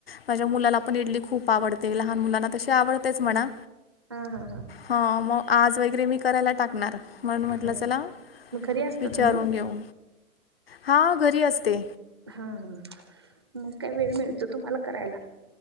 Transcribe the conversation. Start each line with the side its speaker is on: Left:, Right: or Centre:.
Left: माझ्या मुलाला पण इडली खूप आवडते. लहान मुलांना तशी आवडतेच म्हणा.
Right: हा हा
Left: हा मग आज वगैरे मी. करायला टाकणारण मग म्हणलं
Right: हा
Left: चला
Right: मग घरी असता
Left: विचारून
Right: तुम्ही?
Left: घेऊ. हा घरी असते.
Right: हा हा मग काय वेळ मिळतो. तुम्हाला करायला.